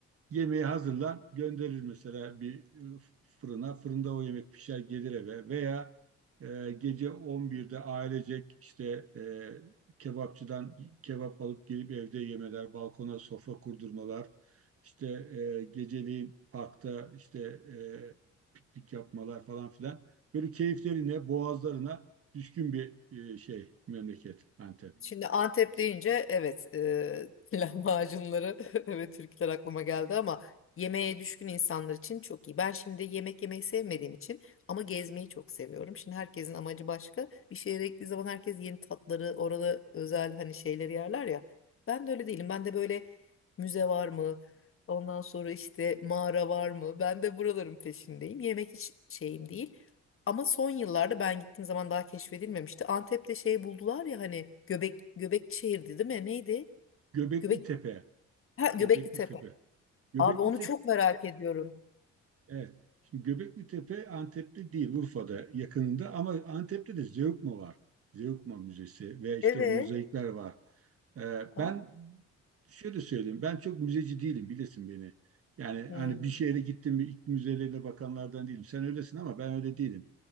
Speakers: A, on the right (about 50°); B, on the left (about 45°).
A: Yemeği hazırlar, gönderir mesela bir e, fırına. Fırında o yemek pişer gelir eve veya e, gece 11'de ailecek işte e, kebapçıdan kebap alıp gelip evde yemeler, balkona sofra kurdurmalar, işte e, geceliğin parkta işte e, piknik yapmalar falan filan. Böyle keyiflerine, boğazlarına düşkün bir e, şey memleket Antep.
B: Şimdi Antep deyince evet e, <laughs> lahmacunları <laughs> evet Türkler aklıma geldi ama yemeğe düşkün insanlar için çok iyi. Ben şimdi yemek yemeyi sevmediğim için ama gezmeyi çok seviyorum. Şimdi herkesin amacı başka. Bir şehre gittiği zaman herkes yeni tatları, orada özel hani şeyleri yerler ya. Ben de öyle değilim. Ben de böyle müze var mı? Ondan sonra işte mağara var mı? Ben de buraların peşindeyim. Yemek hiç şeyim değil. Ama son yıllarda ben gittiğim zaman daha keşfedilmemişti. Antep'te şey buldular ya hani Göbek Göbekli şehirdi değil mi? Neydi?
A: Göbekli
B: Göbek
A: Tepe,
B: ha, Göbekli
A: Göbekli
B: Tepe.
A: Tepe. Göbekli
B: Abi onu çok merak ediyorum.
A: Evet. Şimdi Göbekli Tepe Antep'te değil, Urfa'da yakınında ama Antep'te de Zeugma var. Zeugma Müzesi ve işte
B: Evet.
A: o mozaikler var. Ee,
B: Aa,
A: ben şöyle söyleyeyim, ben çok müzeci değilim, bilirsin beni. Yani
B: hmm,
A: hani bir şehre gittim mi ilk müzelerine bakanlardan değilim. Sen öylesin ama ben öyle değilim.